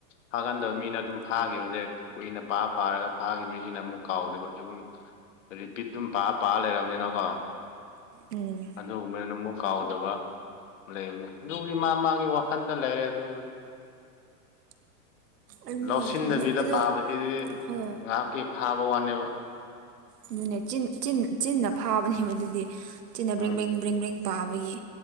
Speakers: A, on the left; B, on the right.
A: ꯐꯥꯒꯟꯗꯕ ꯃꯤꯅ ꯑꯗꯨꯝ ꯐꯥꯈꯤꯕꯁꯦ ꯀꯨꯏꯅ ꯄꯥ ꯄꯥꯔꯒ ꯐꯥꯈꯤꯕ ꯃꯤꯁꯤꯅ ꯑꯃꯨꯛ ꯀꯥꯎꯗꯦꯕ ꯑꯗꯨꯨꯝ ꯔꯤꯄꯤꯠ ꯑꯗꯨꯝ ꯄꯥꯔ ꯄꯥꯔ ꯂꯩꯔꯕꯅꯤꯅꯀꯣ
B: ꯎꯝ
A: ꯑꯗꯨꯒꯨꯝꯕꯗꯨꯅ ꯑꯃꯨꯛ ꯀꯥꯎꯗꯕ ꯂꯩꯕꯅꯦ ꯑꯗꯨꯕꯨꯗꯤ ꯃꯥ ꯃꯥꯒꯤ ꯋꯥꯈꯟꯗ ꯂꯩꯔꯦ ꯑꯗꯨꯕꯨꯗꯤ
B: ꯎꯝ ꯑꯗꯨꯅꯦ
A: ꯂꯧꯁꯤꯟꯗꯕꯤꯗ
B: ꯑꯗꯣ
A: ꯄꯥꯕꯁꯤꯗꯤ
B: ꯍꯣꯏ
A: ꯉꯥꯏꯍꯥꯛꯀꯤ ꯐꯥꯕ ꯋꯥꯅꯦꯕ
B: ꯑꯗꯨꯅꯦ ꯆꯤꯟꯅ ꯐꯥꯕꯅꯦꯕ ꯑꯗꯨꯗꯤ ꯆꯤꯟꯅ
A: ꯎꯝ
B: ꯕ꯭ꯔꯦꯡ ꯕ꯭ꯔꯦꯡ ꯕ꯭ꯔꯦꯡ ꯄꯥꯕꯒꯤ